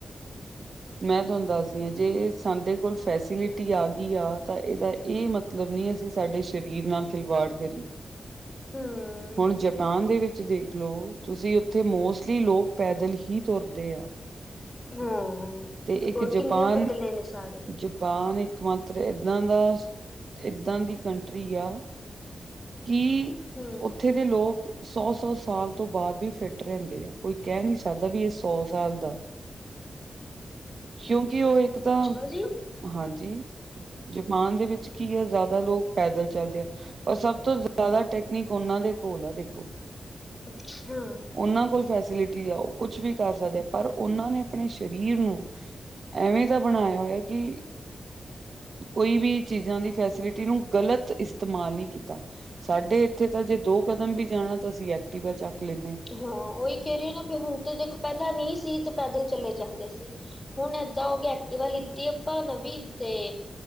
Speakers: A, on the right; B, on the left.
A: ਮੈਂ ਤੁਆਨੂੰ ਦੱਸਦੀ ਆ, ਜੇ ਸਾਡੇ ਕੋਲ ਫੈਸਿਲਿਟੀ ਆ ਗਈ ਆ, ਤਾਂ ਏਦਾ ਏ ਮਤਲ ਮਤਲਬ ਨਈ ਕੀ ਅਸੀਂ ਸਾਡੇ ਸਰੀਰ ਨਾਲ ਖਿਲਵਾੜ ਕਰੀਏ,
B: ਹੂੰ।
A: ਹੁਣ ਜਾਪਾਨ ਦੇ ਵਿੱਚ ਦੇਖਲਓ ਤੁਸੀਂ, ਉੱਥੇ ਮੋਸਟਲੀ ਲੋਕ ਪੈਦਲ ਹੀ ਤੁਰਦੇ ਆ।
B: ਹਾਂ
A: ਤੇ ਇੱਕ
B: ਹੋਰ
A: ਜਪਾਨ,
B: ਕਿੰਨੇ ਪਤਲੇ ਨੇ ਸਾਰੇ।
A: ਜਪਾਨ ਇੱਕ ਇਕਮਾਤਰ ਏਦਾਂ ਦਾ, ਏਦਾਂ ਦੀ ਕੰਟਰੀ ਆ ਕੀ
B: ਹੂੰ।
A: ਓਥੇ ਦੇ ਲੋਕ ਸੌ-ਸੌ ਸਾਲ ਤੋਂ ਬਾਅਦ ਵੀ ਫਿੱਟ ਰਹਿੰਦੇ ਆ, ਕੋਈ ਕੈ ਨੀ ਸਕਦਾ ਵੀ ਏ ਸੌ ਸਾਲ ਦਾ ਕਿਉਂਕਿ ਓ ਇੱਕ ਤਾਂ
B: ਅੱਛਾ ਜੀ
A: ਹਾਂਜੀ ਜਪਾਨ ਦੇ ਵਿੱਚ ਕੀ ਐ ਜਾਂਦਾ ਲੋਗ ਪੈਦਲ ਚੱਲਦੇ ਐਂ। ਔਰ ਸਭ ਤੋਂ ਜ਼ਿਆਦਾ ਟੈਕਨੀਕ ਓਨਾਂ ਦੇ ਕੋਲ ਐ ਦੇਖੋ
B: ਅੱਛਾ।
A: ਓਨਾਂ ਕੋਲ ਫੈਸਿਲਿਟੀ ਆ ਓ ਕੁਛ ਵੀ ਕਰ ਸਕਦੇ ਪਰ ਓਨਾਂ ਨੇ ਆਪਣੇ ਸ਼ ਰੀਰ ਨੂੰ ਐਵੇਂ ਦਾ ਬਣਾਯਾ ਹੋਯਾ ਕਿ ਕੋਈ ਵੀ ਚੀਜ਼ਾਂ ਦੀ ਫੈਸਿਲਿਟੀ ਨੂੰ ਗਲਤ ਇਸਤੇਮਾਲ ਨਈ ਕੀਤਾ। ਸਾਡੇ ਐਥੇ ਤਾਂ ਜੇ ਦੋ ਕਦਮ ਵੀ ਜਾਣਾ ਤਾਂ ਅਸੀਂ ਐਕਟੀਵਾ ਚੱਕ ਲੈਂਣੇ ਆਂ।
B: ਹਾਂ ਓਈ ਕੈ ਰੀ ਆ ਨਾ ਵੀ ਹੁਣ ਤਾਂ ਦੇਖੋ ਪੈਲਾਂ ਨਈ ਸੀ ਤੇ ਪੈਦਲ ਚਲੇ ਜਾਂਦੇ ਸੀ। ਹੁਣ ਏਦਾਂ ਹੋ ਕੇ ਐਕਟਿਵਾ ਲਤੀ ਆਪਾਂ ਨਵੀ ਤੇ